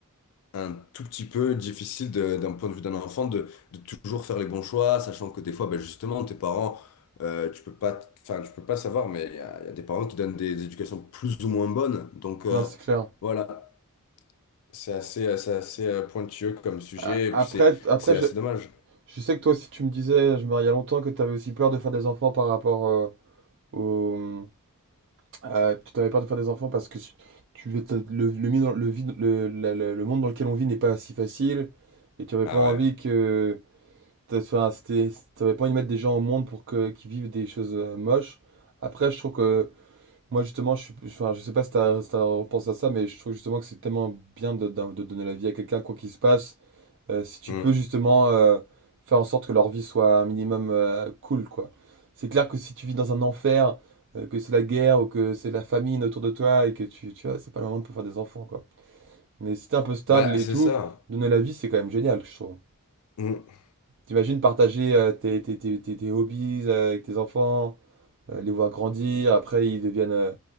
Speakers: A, on the left (about 75°); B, on the right (about 55°).
A: un tout petit peu difficile de- d'un point de vue d'un enfant de, de toujours faire les bons choix, sachant que des fois, ben justement, tes parents, euh, tu peux pas, enfin, tu peux pas savoir, mais il y a, il y a des parents qui donnent des, des éducations plus ou moins bonnes. Donc euh,
B: non, c'est clair.
A: voilà, c'est assez, euh, c'est assez euh, pointilleux comme sujet,
B: A-
A: et
B: Après,
A: puis c'est,
B: t- après
A: c'est
B: je,
A: assez dommage.
B: je sais que toi aussi, tu me disais, je me il y a longtemps, que tu avais aussi peur de faire des enfants par rapport euh, au... Euh, tu t'avais peur de faire des enfants parce que si- tu, t'as- le, le, mi- le, vide- le, la- la- le monde dans lequel on vit n'est pas si facile et tu avais
A: Ah
B: pas envie
A: ouais.
B: que. t'as- enfin, c'était- T'avais pas envie de mettre des gens au monde pour que, qu'ils vivent des choses euh, moches. Après, je trouve que. Moi, justement, je, suis- enfin, je sais pas si tu as, repensé à ça, mais je trouve justement que c'est tellement bien de, de- de donner la vie à quelqu'un, quoi qu'il se passe. Euh, si tu
A: Hmm.
B: peux justement euh, faire en sorte que leur vie soit un minimum euh, cool, quoi. C'est clair que si tu vis dans un enfer, euh, que c'est la guerre ou que c'est la famine autour de toi et que tu, tu vois, c'est pas le moment de pouvoir faire des enfants, quoi. Mais si t'es un peu stable
A: Bah
B: et
A: c'est
B: tout,
A: ça.
B: donner la vie, c'est quand même génial, je trouve.
A: Mmh.
B: T'imagines partager euh, tes, tes, tes, tes- tes hobbies euh, avec tes enfants, euh, les voir grandir, après ils deviennent, euh,